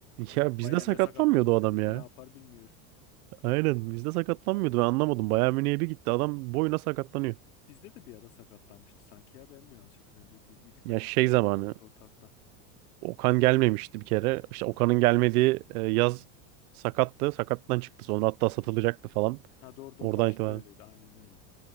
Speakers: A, on the left; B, on the right.
A: Adam
B: Ya bizde
A: Bayern'de
B: sakatlanmıyordu
A: sakatlanırsa
B: o adam
A: bizde
B: ya.
A: ne yapar bilmiyorum.
B: Aynen bizde sakatlanmıyordu. Ben anlamadım. Bayern Münih'e bir gitti. Adam boyuna sakatlanıyor.
A: Bizde de bir ara sakatlanmıştı sanki ya ben mi yanlış hatırlıyorum? Bir, bir, bir birkaç
B: Ya şey
A: hafta
B: zamanı.
A: gitmişti ortaktan.
B: Okan gelmemişti bir kere. İşte Okan'ın gelmediği e, yaz sakattı. Sakattan çıktı. Sonra hatta satılacaktı falan.
A: Ha doğru doğru
B: Oradan
A: başta
B: itibaren
A: öyleydi aynen öyle.